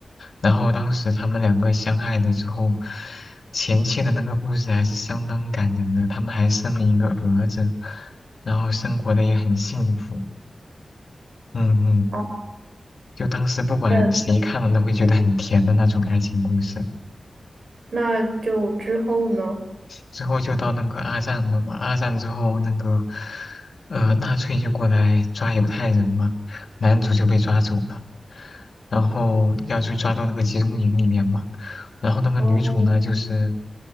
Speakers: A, on the left; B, on the right.
A: 然后当时他们两个相爱了之后，前期的那个故事还是相当感人的，他们还生了一个儿子，然后生活的也很幸福。嗯嗯，
B: 好
A: 就当时不管谁看了都会觉得很甜的那种爱情故事。
B: 的，那就之后呢？
A: 之后就到那个二战了嘛，二战之后那个呃纳粹就过来抓犹太人嘛，男主就被抓走了，然后要去抓到那个集中营里面嘛，然后那个女主呢就是
B: 哦，